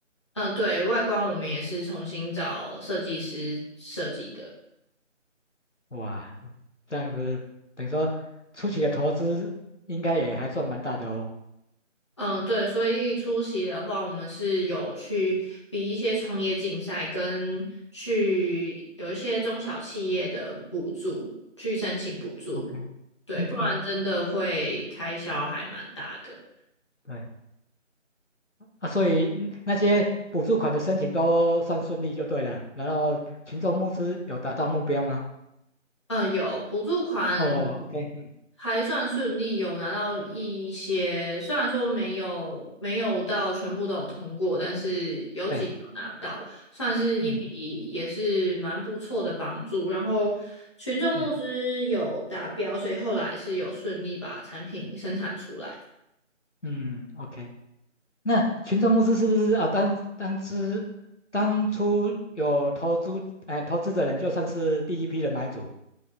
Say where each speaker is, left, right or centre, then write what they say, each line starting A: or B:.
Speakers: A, on the left; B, on the left.
A: 嗯，对，外观我们也是重新找设计师设计的。
B: 哇，这样子等于说初期的投资应该也还算蛮大的哦。
A: 嗯，对，所以出席的话，我们是有去比一些创业竞赛，跟去有一些中小企业的补助，去申请补助，
B: OK，
A: 对，
B: 嗯嗯，
A: 不然真的会开销还蛮大的。
B: 对，啊，所以嗯那些补助款的申请都算顺利就对了，然后群众募资有达到目标吗？
A: 嗯，有补助款
B: 哦，OK，嗯，
A: 还算顺利，有拿到一些，虽然说没有没有到全部都有通过，但是有几个拿到，
B: 对，
A: 算是一笔也是蛮不错的帮助。
B: 嗯
A: 然后群众募资有达标，
B: 嗯
A: 所以后来是有顺利把产品生产出来。
B: 嗯，OK。那群众募资是不是啊？当当之当初有投资哎投资的人，就算是第一批的买主